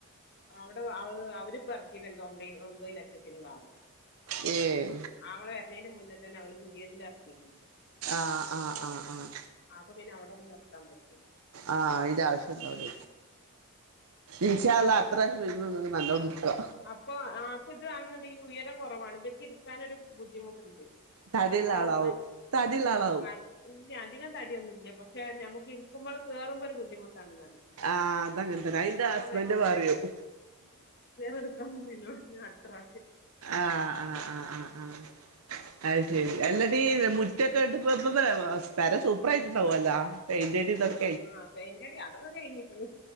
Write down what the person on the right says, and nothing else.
ഏ
ആഹ് ആഹ് ആഹ് ആഹ്
ആഹ അയ്ന്റെ ആവശ്യന്നുല്ല ഇൻഷാഅല്ലാഹ് അത്രഉള്ളതല്ലോനിക്കാ
തടിയുള്ള
ആളാവും തടിയുള്ള ആളാവും
ആഹ് അതങ്ങതന്നെ അയ്ന്റെഹസ്ബൻന്റ്
പറയും
ആഹ് ആഹ് ആഹ് ആഹ് ആഹ് അ ശരി അല്ലാടി മുറ്റൊക്കെ ഇട്ട പ്പൊ പെര സൂപ്പർ ആയിട്ടുണ്ടാവുവല്ലോ പെയിന്റടിഇതൊക്കെ